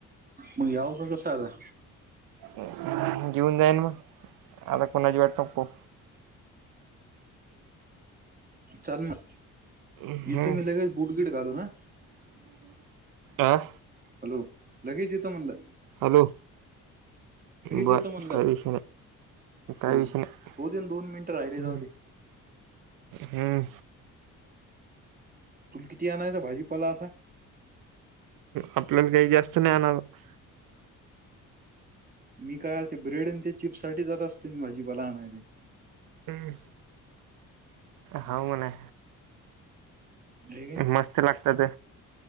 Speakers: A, on the right; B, on the right.
A: मग याव का कसं आता?
B: हो जीऊन जाय न मग आता कोणाची वाट नको पाहू.
A: चाल म
B: हम्म
A: यतो मी लगेच बुटगिट घालून अ
B: आ
A: हॅलो लगेच येतो म्हटलं.
B: हॅलो बर
A: येतो म्हणलं
B: काही विषय नाही. काही
A: हो
B: विषय नाही
A: होऊ दे ना दोन मिनिटं राहिले जाऊ
B: बरं,
A: दे
B: हम्म
A: तुल किती आणायचा भाजीपाला असा?
B: आपल्याला काही जास्त नाही आणायचा.
A: मी काय अर ते ब्रेड आणि ते चिप्स साठी जात असतो मी भाजी पाला आणायले.
B: हम्म हाव म्हणा
A: आहे का
B: मस्त लागतात.